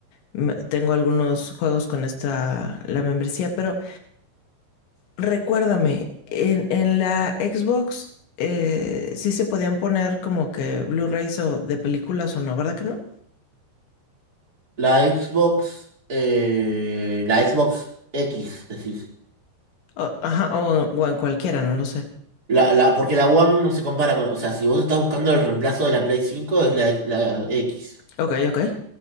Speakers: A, on the left; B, on the right.
A: me- tengo algunos juegos con esta, la membresía, pero recuérdame, en, en la Xbox eh, sí se podían poner como que Blu-rays o de películas o no, ¿verdad que no?
B: La Xbox, eh, la Xbox X, decís.
A: O- ajá, o, o en cualquiera, no lo sé.
B: La, la, porque la One no se compara con... O sea, si vos estás buscando el reemplazo de la Play 5, es la, la X,
A: Ok, ok.